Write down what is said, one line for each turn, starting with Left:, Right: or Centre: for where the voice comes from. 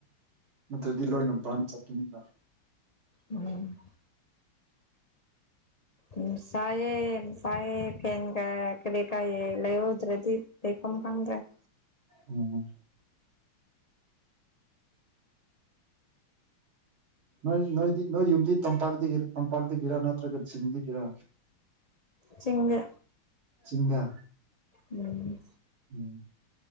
Right: ꯅꯠꯇ꯭ꯔꯗꯤ ꯂꯣꯏꯅ ꯕꯥꯔ ꯆꯠꯄꯅꯤꯗ
Left: ꯎꯝ ꯎꯝ ꯁꯥꯏꯌꯦ ꯁꯥꯏꯌꯦ ꯐꯦꯟꯒ ꯀꯔꯤ ꯀꯥꯏ ꯂꯩꯍꯧꯗ꯭ꯔꯗꯤ ꯂꯩꯐꯝ ꯈꯪꯗ꯭ꯔꯦ <inaudible>
Right: ꯎꯝ ꯅꯣꯏ ꯅꯣꯏꯗꯤ ꯅꯣꯏ ꯌꯨꯝꯗꯤ ꯇꯝꯄꯥꯛꯗꯒꯤ ꯇꯝ ꯄꯥꯛꯗꯒꯔ ꯅꯠꯇ꯭ꯔꯒ ꯆꯤꯡꯗꯒꯤꯔ
Left: ꯆꯤꯡꯗ
Right: ꯆꯤꯡꯗ
Left: ꯎꯝ
Right: ꯎꯝ